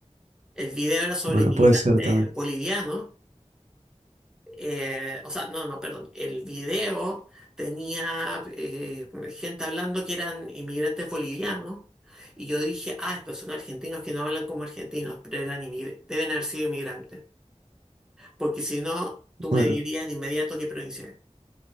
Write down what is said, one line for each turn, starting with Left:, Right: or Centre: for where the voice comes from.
Centre: El video era sobre
Right: Bueno,
Centre: inmigrantes
Right: puede ser también.
Centre: bolivianos. eh, o sea, no, no, perdón. El video tenía eh, gente hablando que eran inmigrantes bolivianos. Y yo dije, ah, estos son argentinos que no hablan como argentinos, pero eran inmigr- deben haber sido inmigrantes. Porque si no, tú
Right: Bueno,
Centre: me dirías de inmediato qué provincia es.